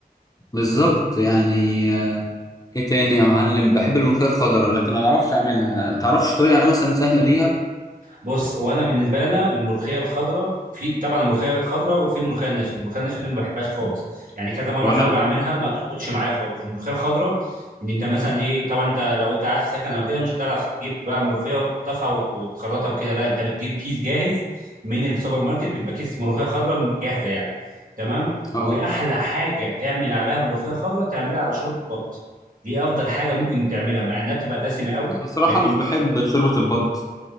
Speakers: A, on the left; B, on the right.
A: بالظبط يعني آه، ايه تاني يا معلم بحب الملوخية الخضراء لكن ما بعرفش اعملها ما تعرفش طريقة مثلا سهلة ليها
B: بص وانا بالنسبه لنا الملوخيه الخضراء في طبعا الملوخيه الخضراء وفي ملوخيه الناشفه الملوخيه الناشفه دي ما بحبهاش خالص يعني كذا مره
A: ولا
B: احاول
A: انا
B: اعملها ما تظبطش معايا خالص الملوخيه الخضراء ان انت مثلا ايه طبعا انت لو انت قاعد في سكن او كده مش هتعرف تجيب بقى ملوخيه وتقطفها وت- وتخرطها وكده لا انت بتجيب كيس جاهز من السوبر ماركت بيبقى كيس ملوخيه خضراء جاهزه يعني تمام
A: اه
B: واحلى حاجه تعمل عليها ملوخيه خضراء تعملها على شوربه بط دي افضل حاجه ممكن تعملها مع انها بتبقى دسمه قوي
A: انا الصراحة
B: لكن
A: مش بحب شوربة البط